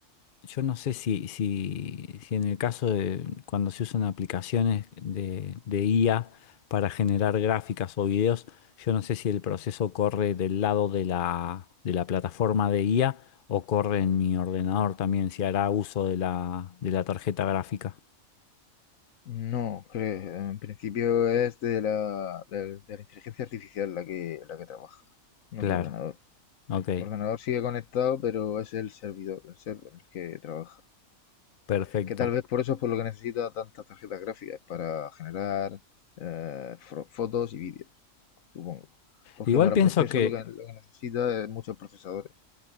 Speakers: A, on the left; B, on the left.
A: yo no sé si, si, si en el caso de cuando se usan aplicaciones de, de IA para generar gráficas o videos, yo no sé si el proceso corre del lado de la, de la plataforma de IA o corre en mi ordenador también, si hará uso de la, de la tarjeta gráfica.
B: No, creo, en principio es de la, del- de la inteligencia artificial la que, la que trabaja, no
A: Claro,
B: tu ordenador.
A: ok,
B: Tu ordenador sigue conectado, pero es el servidor, el server, el que trabaja.
A: perfecto.
B: Que tal vez por eso es por lo que necesita tantas tarjetas gráficas, para generar eh, fro- fotos y vídeos, supongo. Porque
A: Igual
B: para
A: pienso
B: proceso
A: que,
B: lo que, lo que necesita es muchos procesadores.